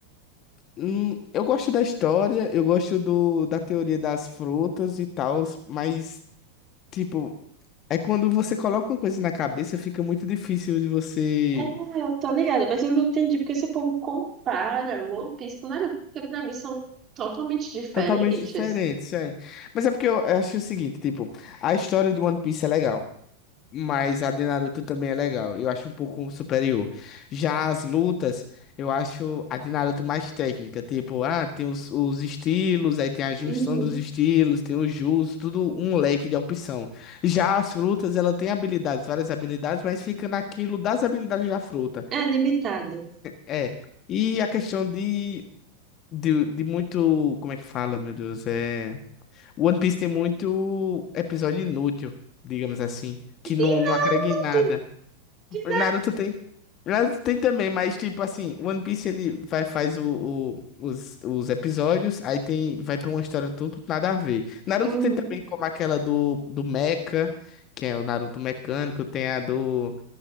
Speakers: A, on the left; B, on the right.
A: hum, eu gosto da história, eu gosto do, da teoria das frutas e tal. Mas, tipo. É quando você coloca uma coisa na cabeça, fica muito difícil de você.
B: É, eu tô ligada, mas eu não entendi porque esse povo compara o One Piece com nada, porque pra mim são totalmente diferentes.
A: Totalmente diferente, isso é. Mas é porque eu acho o seguinte, tipo, a história de One Piece é legal, mas a de Naruto também é legal. Eu acho um pouco superior. Já as lutas, eu acho a de Naruto mais técnica, tipo, ah, tem os, os estilos, aí tem a junção
B: Uhum.
A: dos estilos, tem o jutsu, tudo um leque de opção. Já as frutas, ela tem habilidades, várias habilidades, mas fica naquilo das habilidades da fruta.
B: É limitado.
A: É, e a questão de, de, de muito. Como é que fala, meu Deus? É. One Piece tem muito episódio inútil, digamos assim, que não,
B: E
A: não
B: Naruto?
A: agrega em nada.
B: Que
A: Naruto tem. Naruto tem também, mas tipo assim, One Piece ele vai faz o, o- os, os episódios, aí tem vai pra uma história tudo nada a ver. Naruto
B: Uhum.
A: tem também como aquela do do Mecha, que é o Naruto mecânico, tem a do